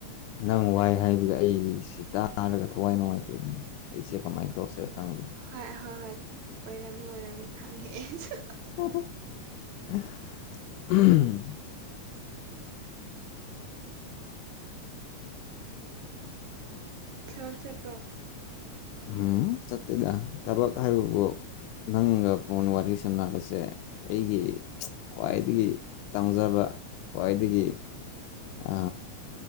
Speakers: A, on the left; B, on the right.
A: ꯅꯪ ꯋꯥꯏ ꯍꯥꯏꯕꯒ ꯑꯩꯁꯤ ꯇꯥꯔꯒ ꯊꯋꯥꯏ ꯅꯨꯡꯉꯥꯏꯇꯦꯅꯦ ꯑꯩꯁꯦ ꯀꯃꯥꯏꯅ ꯇꯧꯔꯁꯤꯔ ꯈꯪꯗꯦ
B: ꯍꯣꯏ ꯍꯣꯏ ꯍꯣꯏ ꯑꯣꯏꯔꯝꯅꯤ ꯑꯣꯏꯔꯝꯅꯤ ꯈꯪꯉꯦ ꯑꯩꯁꯨ
A: <unintelligible>
B: ꯊꯕꯛ ꯆꯠꯄ꯭ꯔꯣ
A: ꯎꯝ ꯆꯠꯇꯦꯗ ꯊꯕꯛ ꯍꯥꯏꯕꯕꯨ ꯅꯪꯒ ꯐꯣꯟ ꯋꯥꯔꯤ ꯁꯥꯟꯅꯕꯁꯦ ꯑꯩꯒꯤ ꯈ꯭ꯋꯥꯏꯗꯒꯤ ꯇꯥꯡꯖꯕ ꯈ꯭ꯋꯥꯏꯗꯒꯤ ꯑ